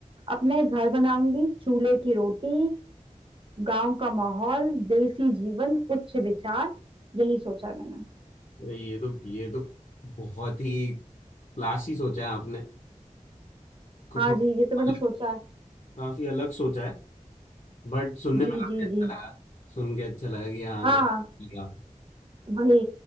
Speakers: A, on the right (about 40°); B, on the left (about 50°).
A: अपना एक घर बनाऊंगी चूल्हे की रोटी गांव का माहौल देसी जीवन उच्च विचार यही सोचा है मैंने
B: अरे ये तो ये तो बहुत ही क्लासी सोचा है आपने कुछ
A: हाँ
B: थोड़ा
A: जी ये तो मैंने
B: अलग
A: सोचा है
B: काफी अलग सोचा है बट सुनने
A: जी
B: में काफी
A: जी
B: अच्छा
A: जी
B: लगा सुन के अच्छा लगा कि हाँ
A: हाँ
B: कुछ किया।
A: वही